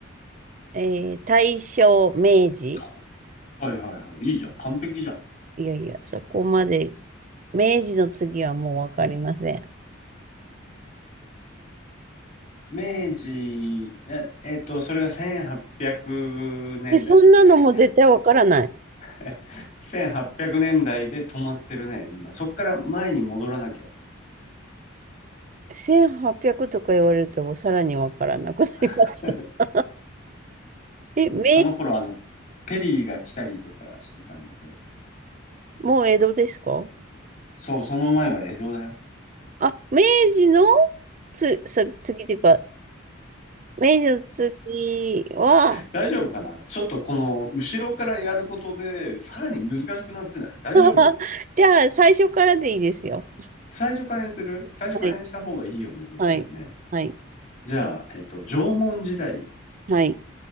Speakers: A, on the right (about 35°); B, on the left (about 35°).
A: えー大正、明治。
B: ほはいはいはい。いいじゃん。完璧じゃん。
A: いやいや、そこまで、明治の次はもうわかりません。
B: 明治、え、えっと、それが1800年代ねんだいね。
A: え、そんなのも絶対わからない。
B: <laughs> 1800年代で止まってるね、今。そっから前に戻らなきゃ。
A: 1800とか言われるともうさらにわからなくなりました。
B: <laughs>
A: <laughs> え、明、
B: その頃、あの、ペリーが来たりとかしてたんだけど。
A: もう江戸ですか
B: そう、その前は江戸だよ。
A: あ、明治のつ、さ、次というか、明治の次は、
B: 大丈夫かなちょっとこの、後ろからやることで、さらに難しくなってない大丈夫
A: <laughs> じゃあ最初からでいいですよ。
B: 最初からにする最初からにした方がいいよね、
A: はい、
B: 絶対ね。
A: はい、はい、
B: じゃあ、えっと、縄文時代
A: はい、